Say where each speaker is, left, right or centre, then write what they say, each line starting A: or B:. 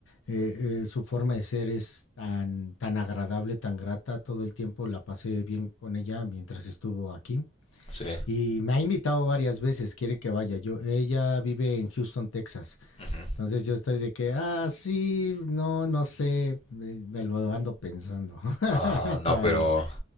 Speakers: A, on the left; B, on the left.
A: eh, eh, su forma de ser es tan, tan agradable, tan grata. Todo el tiempo la pasé bien con ella mientras estuvo aquí.
B: Sí.
A: Y me ha invitado varias veces, quiere que vaya. Yo, ella vive en Houston, Texas.
B: ujú.
A: Entonces yo estoy de que, ah, sí, no, no sé. Me, me lo ando pensando <laughs>
B: Ah, no,
A: todavía.
B: pero